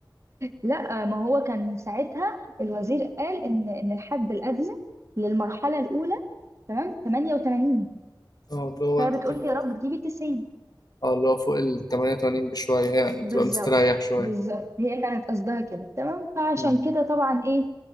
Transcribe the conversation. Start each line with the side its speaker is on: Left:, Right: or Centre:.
Right: لا ما هو كان ساعتها الوزير قال ان ان الحد الادنى للمرحله الاولى تمام 88
Left: اه اللي هو
Right: فهي
Left: انت تبقى
Right: بتقول لي يا رب تجيبي 90
Left: اه اللي هو فوق ال 88 بشوية يعني
Right: بالظبط
Left: تبقى مستريح شوية
Right: بالظبط هي كانت قصدها كده تمام فعشان
Left: امم
Right: كده طبعا ايه